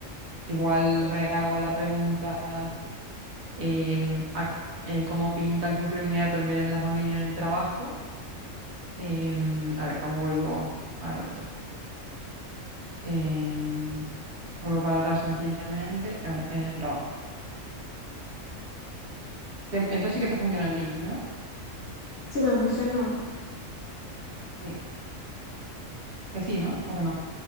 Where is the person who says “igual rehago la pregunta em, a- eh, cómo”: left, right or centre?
Right